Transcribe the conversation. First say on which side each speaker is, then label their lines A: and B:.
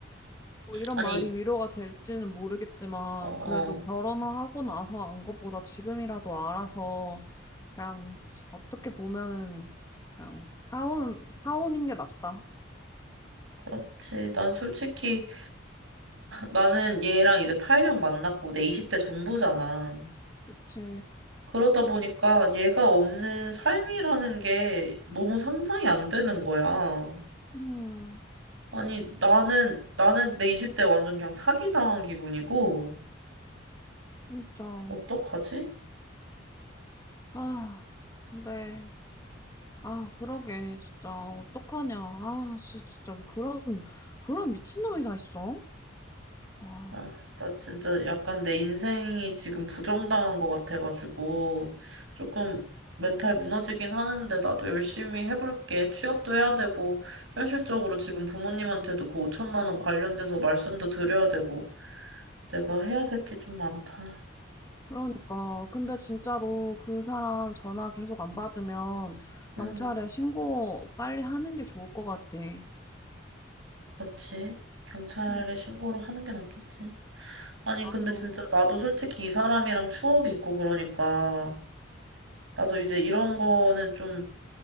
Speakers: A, on the left (about 15°); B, on the right (about 80°).
A: 뭐 이런
B: 아니,
A: 말이 위로가 될지는 모르겠지만,
B: 어,
A: 그래도
B: 어,
A: 결혼하고 나서 안 것보다 지금이라도 알아서 그냥 어떻게 보면은 그냥 파혼 파혼인 게 낫다.
B: 그렇지. 난 솔직히, 나는 얘랑 이제 8년 만났고, 내 20대 전부잖아.
A: 그치.
B: 그러다 보니까 얘가 없는 삶이라는 게 너무 상상이 안 되는 거야.
A: 음,
B: 아니, 나는, 나는 내 20대 완전 그냥 사기당한 기분이고,
A: 진짜.
B: 어떡하지?
A: 아, 근데 아, 그러게 진짜 어떡하냐. 아, 씨 진짜 그런 그런 미친놈이 다 있어. 아,
B: 아, 나 진짜 약간 내 인생이 지금 부정당한 것 같아가지고, 조금 멘탈 무너지긴 하는데, 나도 열심히 해볼게. 취업도 해야 되고, 현실적으로 지금 부모님한테도 그 5천만 원 관련돼서 말씀도 드려야 되고, 내가 해야 될 게 좀 많다.
A: 그러니까 근데 진짜로 그 사람 전화 계속 안 받으면 경찰에
B: 응,
A: 신고 빨리 하는 게 좋을 것 같아.
B: 그렇지. 경찰에
A: 응,
B: 신고를 하는 게 낫겠지. 아니,
A: 맞아.
B: 근데 진짜 나도 솔직히 이 사람이랑 추억이 있고 그러니까, 나도 이제 이런
A: 그치,
B: 거는 좀